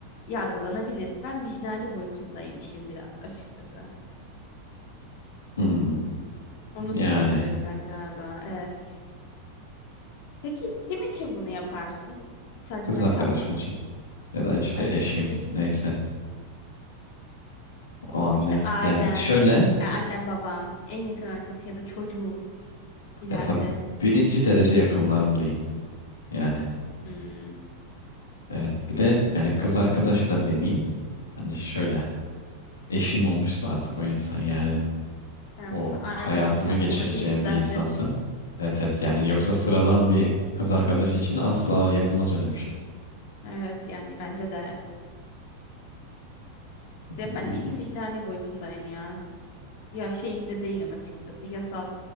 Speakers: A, on the left; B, on the left.
A: yargılanabilir. Ben vicdani boyutundayım işin biraz açıkçası.
B: hmm.
A: Onu
B: Yani
A: düşündüğümden galiba evet. Peki kim için bunu yaparsın? Sadece
B: kız
A: manitan
B: arkadaşım
A: mı?
B: için ya da işte
A: Başka
B: eşim
A: kimse için.
B: neyse o an
A: İşte
B: neyse.
A: ailen,
B: Yani şöyle
A: e, annen baban, en yakın arkadaşın ya da çocuğun ileride.
B: ya tabii birinci derece yakınlarım diyeyim. Yani
A: Hmm.
B: evet bir de yani kız arkadaşı da demeyeyim. Hani şöyle eşim olmuşsa artık o insan yani
A: Ha,
B: o
A: ta- aynen.
B: hayatımı
A: Ha,
B: geçireceğim
A: onu iyi düzelttin.
B: bir insansa. Evet evet yani
A: Evet.
B: yoksa sıradan bir kız arkadaş için asla yapılmaz öyle bir şey.
A: Evet yani bence de.
B: Ee,
A: De ben işin vicdani boyutundayım ya. Ya şeyinde değilim açıkçası. Yasal